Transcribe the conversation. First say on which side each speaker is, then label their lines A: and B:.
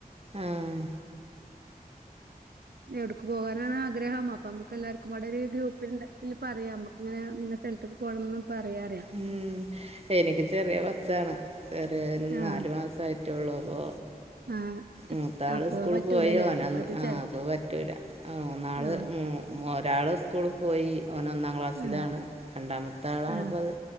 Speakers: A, on the right; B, on the right.
A: ആഹ്.
B: എവിടുക്ക് പോകാനാണ് ആഗ്രഹം? അപ്പമ്മക്ക് ക്ക് എല്ലാവർക്കും കൂടൊരു ഗ്രൂപ്പിലിണ്ടാ ഇതില് പറയാ. നമുക്കിങ്ങനെ ഇന്ന സ്ഥലത്തക്ക് പോകണംന്ന് പറയാ അറിയാ
A: ഉം എനിക്ക് ചെറിയ കൊച്ചാണ് ചെറിയവന്
B: ആഹ്
A: നാലു മാസമായിട്ടൊള്ളൂ. അപ്പൊ
B: ആഹ്
A: മൂത്താള്
B: അപ്പൊ
A: സ്കൂള്
B: പറ്റൂലല്ലേ
A: പോയി. ഓന്
B: അപ്പൊ
A: അന്ന്
B: പറ്റിച്ചാൽ
A: അപ്പോ പറ്റൂല. മൂന്നാള്
B: ആഹ്
A: മൂ ഒരാള് സ്കൂള് പോയി. ഓനൊന്നാം ക്ലാസ്സിലാണ്.
B: ആഹ്
A: രണ്ടാമത്തെ ആളാണ്
B: ആഹ്
A: ഇപ്പൊ അത്